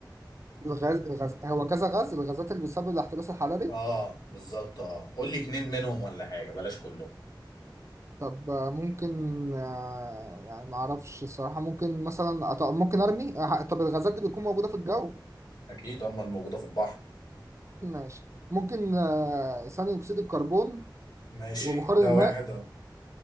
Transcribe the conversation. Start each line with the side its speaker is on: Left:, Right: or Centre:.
Right: الغاز الغاز هو كذا غاز الغازات اللي بتسبب الاحتباس الحراري
Left: اه بالظبط اه قول لي اتنين منهم ولا حاجه بلاش كلهم
Right: طب آه، ممكن آه، يعني ما اعرفش الصراحة ممكن مثلا أط- ممكن ارمي آه، طب الغازات دي بتكون موجودة في الجو
Left: اكيد هم الموجوده في البحر
Right: ماشي ممكن آه، ثاني اكسيد الكربون
Left: ماشي
Right: وبخار
Left: ده
Right: الماء
Left: واحد اهو